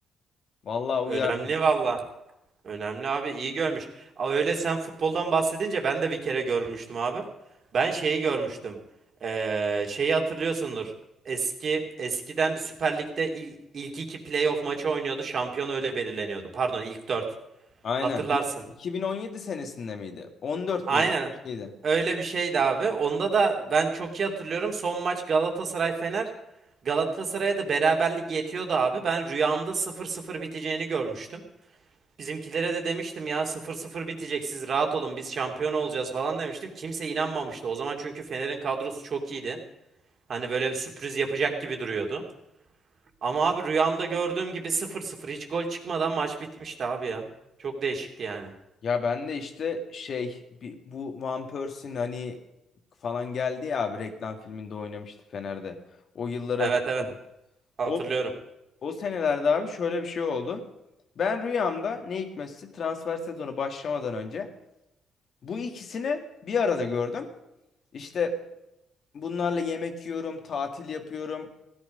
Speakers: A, on the left; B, on the right.
A: Vallahi uyar.
B: Önemli valla. Önemli abi iyi görmüş. Aa, öyle sen futboldan bahsedince ben de bir kere görmüştüm abi. Ben şeyi görmüştüm. Ee, şeyi hatırlıyorsundur. Eski eskiden bir Süper Lig'de il- ilk iki playoff maçı oynuyordu. Şampiyon öyle belirleniyordu. Pardon ilk dört.
A: Aynen.
B: Hatırlarsın.
A: Bir- 2017 senesinde miydi? 14
B: Aynen
A: müydü? Bir şeydi.
B: öyle bir şeydi abi. Onda da ben çok iyi hatırlıyorum. Son maç Galatasaray Fener. Galatasaray'a da beraberlik yetiyordu abi. Ben rüyamda sıfır sıfır biteceğini görmüştüm. Bizimkilere de demiştim ya sıfır sıfır bitecek siz rahat olun biz şampiyon olacağız falan demiştim. Kimse inanmamıştı. O zaman çünkü Fener'in kadrosu çok iyiydi. Hani böyle bir sürpriz yapacak gibi duruyordu. Ama abi rüyamda gördüğüm gibi sıfır sıfır hiç gol çıkmadan maç bitmişti abi ya. Çok değişikti yani.
A: Ya ben de işte şey bir- bu Van Persie'nin hani falan geldi ya abi reklam filminde oynamıştı Fener'de. O yılları
B: Evet
A: hatırlıyorum.
B: evet hatırlıyorum.
A: O, o senelerde abi şöyle bir şey oldu. Ben rüyamda ne hikmetse transfer sezonu başlamadan önce bu ikisini bir arada gördüm. İşte bunlarla yemek yiyorum, tatil yapıyorum.